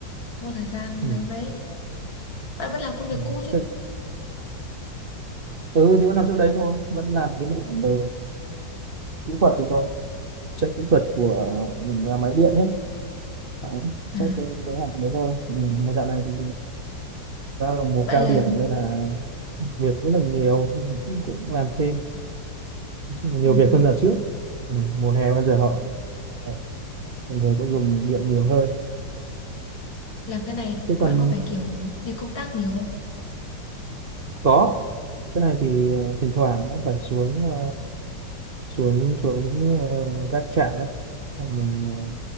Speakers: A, on the left (about 85°); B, on the right (about 65°).
A: không có thời gian
B: Ừ.
A: lấy mấy. Bạn vẫn làm công việc
B: Ừ.
A: cũ chứ?
B: Thế, ừ thì vẫn làm chỗ đấy thôi, vẫn làm cái mảng ở kỹ thuật thì thôi. Check kỹ thuật của nhà máy điện nhé. Ờ,
A: À,
B: chắc cái kế hoạch đấy thôi ừ, mà dạo này thì vào mùa
A: bạn
B: cao
A: làm
B: điểm nên là việc rất là nhiều nên là cũng, cũng làm thêm nói chung là nhiều
A: ừ,
B: việc hơn là trước ừ, mùa hè bao giờ họ ờ, người cũng dùng điện nhiều hơn
A: làm cái này
B: thế còn
A: bạn có phải kiểu đi công tác nhiều không?
B: có cái này thì ờ, thỉnh thoảng nó phải xuống ờ, xuống xuống ờ, các trạm đấy xong mình ờ,